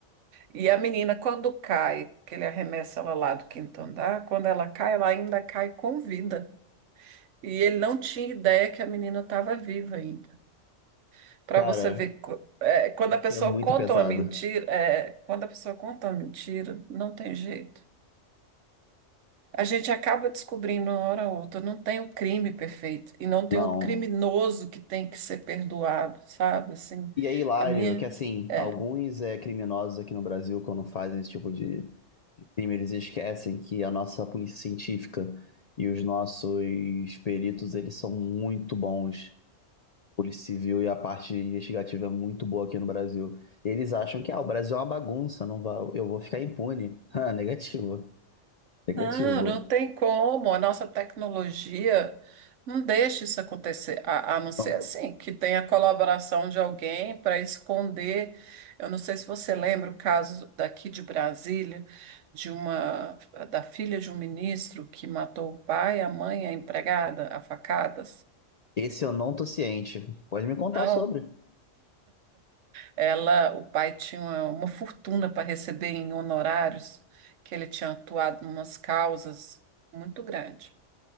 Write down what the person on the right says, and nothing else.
E a menina, quando cai, que ele arremessa ela lá do quinto andar, quando ela cai, ela ainda cai com vida. E ele não tinha ideia que a menina estava viva ainda. Para
você ver, co- é, quando a pessoa
conta
uma mentira, é, quando a pessoa conta uma mentira, não tem jeito. A gente acaba descobrindo uma hora ou outra, não tem o crime perfeito e não tem
o criminoso que tem que ser perdoado, sabe? Assim,
a minha
é,
não,
não tem como. A nossa tecnologia não deixa isso acontecer, a, a não ser
assim, que tenha colaboração de alguém para esconder. Eu não sei se você lembra o caso daqui de Brasília, de uma da filha de um ministro que matou o pai, a mãe, e a empregada, a facadas.
Não.
Ela, o pai tinha uma, uma fortuna para receber em honorários, que ele tinha atuado em umas causas muito grande.